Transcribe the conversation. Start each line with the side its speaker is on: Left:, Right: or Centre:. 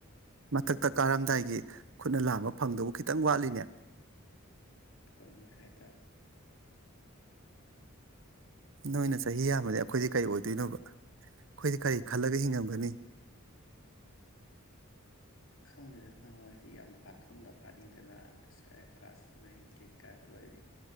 Right: ꯃꯊꯛꯇ ꯀꯥꯔꯝꯗꯥꯏꯒꯤ ꯈꯨꯠꯅ ꯂꯥꯝꯕ ꯐꯪꯗꯕꯨ ꯈꯤꯇꯪ ꯋꯥꯠꯂꯤꯅꯦ
Left: ꯍꯣꯏ ꯑꯗꯨꯃꯥꯏꯅ ꯍꯥꯏꯇꯥꯕꯅꯤ
Right: ꯅꯣꯏꯅ ꯆꯍꯤ ꯌꯥꯝꯃꯗꯤ ꯑꯩꯈꯣꯏꯗꯤ ꯀꯔꯤ ꯑꯣꯏꯗꯣꯏꯅꯣꯕ ꯑꯩꯈꯣꯏꯗꯤ ꯀꯔꯤ ꯈꯜꯂꯒ ꯍꯤꯡꯉꯝꯒꯅꯤ
Left: ꯈꯪꯗꯗꯅ ꯑꯣꯏꯔꯗꯤ ꯌꯥꯝ ꯄꯥꯈꯪꯒ ꯐꯥꯅꯤꯡꯗꯅ ꯀ꯭ꯂꯥꯁ ꯅꯥꯏꯟ ꯇꯦꯟ ꯀꯥꯔꯛꯄꯗ ꯑꯣꯏꯔꯗꯤ